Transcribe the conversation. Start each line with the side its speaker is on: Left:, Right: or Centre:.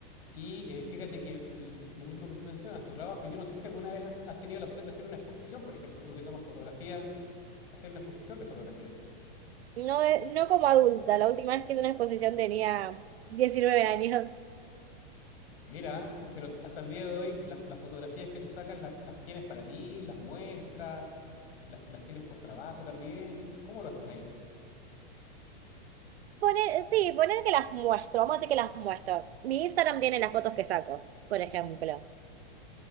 Left: y eh, fíjate que l- lo mismo que tú mencionas, tu trabajo, yo no sé si alguna vez has, has tenido la opción de hacer una exposición, por ejemplo, tú que tomas fotografía, hacer una exposición de fotografía.
Right: No, de- no como adulta, la última vez que hice una exposición tenía 19 años.
Left: Mira, pero hasta el día de hoy las, las fotografías que tú sacas la- las tienes para ti, las muestras, las, las tienes por trabajo también. ¿Cómo lo haces ahí?
Right: Poner, sí, poner que las muestro, vamos a decir que las muestro. Mi Instagram tiene las fotos que saco, por ejemplo.